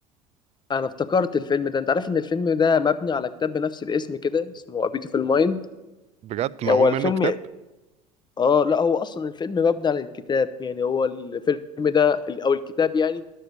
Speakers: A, on the left; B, on the right.
A: انا افتكرت الفيلم ده انت عارف ان الفيلم ده مبني على كتاب بنفس الاسم كده اسمه A Beautiful Mind
B: بجد معمول
A: هو
B: منه
A: الفيلم
B: كتاب
A: اه لا هو اصلا الفيلم مبني على الكتاب يعني هو الفيلم ده او الكتاب يعني